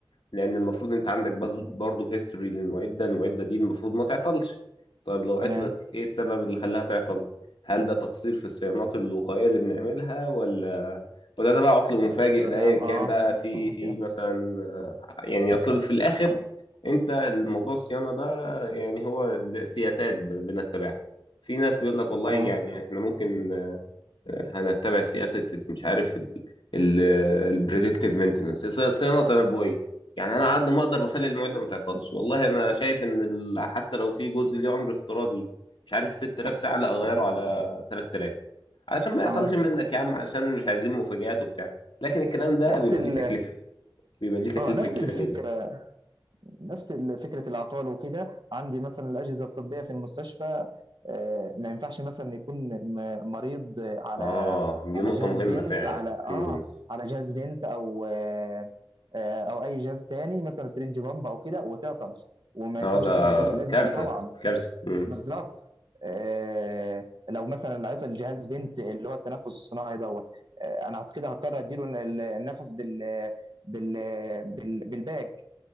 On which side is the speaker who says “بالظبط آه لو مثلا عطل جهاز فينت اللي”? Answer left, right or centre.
Right